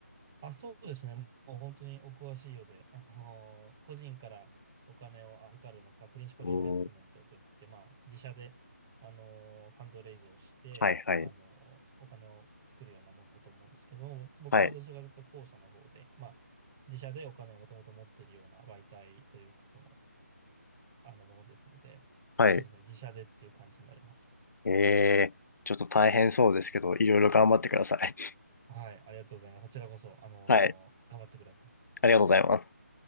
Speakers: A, in the centre; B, on the left.
A: あ、そうですね。もう本当にお詳しいようで、あのー個人からお金を預かるのか、プリンシパルインベストメントといって、
B: おー、
A: まあ、自社で、あのーファンドレイズをして、
B: はい、はい。
A: あのーお金を作るようなものだと思うんですけども、僕はどちらかというと後者の方で、
B: はい。
A: まあ、自社でお金をもともと持っているような媒体というか、その、あのものですので、
B: はい。
A: そうですね、自社でっていう感じになります。
B: ええー、ちょっと大変そうですけど、いろいろ頑張ってください。
A: はい、ありがとうございます。こちらこそ、あのー頑張ってください。
B: <laughs> はい。ありがとうございます。